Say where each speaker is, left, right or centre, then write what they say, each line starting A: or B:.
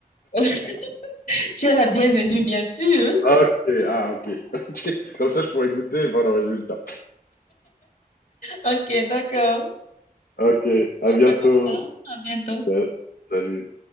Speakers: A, on the left; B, on the left.
A: <laughs> Tu es la bienvenue, bien sûr.
B: Ah, Ok, ah, ok. <laughs> ok. Comme ça, je pourrais goûter et voir le résultat.
A: Ok, d'accord.
B: Ok, à
A: On
B: bientôt.
A: fait comme ça. À bientôt.
B: Sa- Salut.